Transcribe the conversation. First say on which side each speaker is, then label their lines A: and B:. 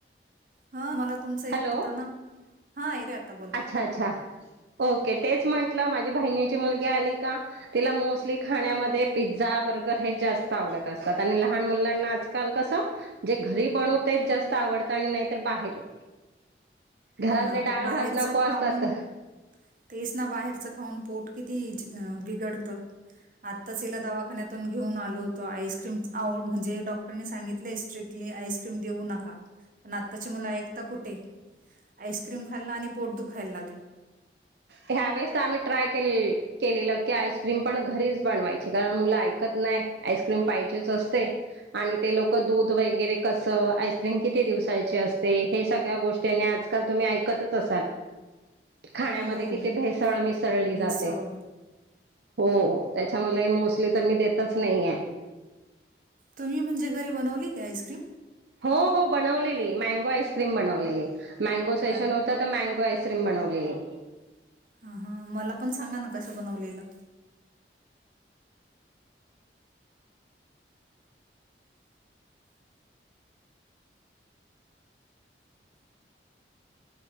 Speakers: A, on the right; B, on the right.
A: हा मला तुमच येत
B: हॅलो
A: नव्हता ना, हा येतोय आता बोला.
B: अच्छा अच्छा, ओके तेच म्हंटलं माझी बहिणीची मुलगी आली का? तिला मोस्टली खाण्यामध्ये पिझ्झा, बर्गर हे जास्त आवडत असतात. आणि लहान मुलांना आजकाल कसं जे घरी बनवते जास्त आवडतं आणि नाहीतर बाहेरून घरातले
A: हो ना आपण
B: डाळ
A: बाहेरच
B: भात नको असतात
A: खाऊन तेच ना बाहेरचं खाऊन, पोट किती बिघडतं आत्ताच हीला दवाखान्यात घेऊन आलो होतो, आईस्क्रीम आव म्हणजे डॉक्टरनी सांगितलंय स्ट्रिकटली आईस्क्रीम देऊ नका. पण आत्ताची मुलं ऐकता कुठे आईस्क्रीम खाल्लं आणि पोट दुखायला लागलं.
B: ह्या वेळेस आम्ही ट्राय केले केलेलं की, आईस्क्रीम पण घरीच बनवायच कारण मुलं ऐकत नाही आईस्क्रीम पाहिजेच असतय आणि ते लोक दूध वगैरे कसं, आईस्क्रीम किती दिवसायचे असते हे सगळ्या गोष्टीनी आज का तुम्ही ऐकतच असाल. खाण्यामध्ये
A: हो
B: किती भेसळ मिसळली
A: भेसळ
B: जाते. हो त्याच्यामुले मोस्टली तर मी देतच नाहीयेय.
A: तुम्ही म्हणजे घरी बनवली कां आईस्क्रीम?
B: हो हो बनवलेली मँगो आईस्क्रीम बनवलेली मँगो सेशन
A: आ
B: होत तर मँगो आईस स्क्रीम बनवलेली
A: हा हा मला पण सांगा ना कसं बनवलेलं?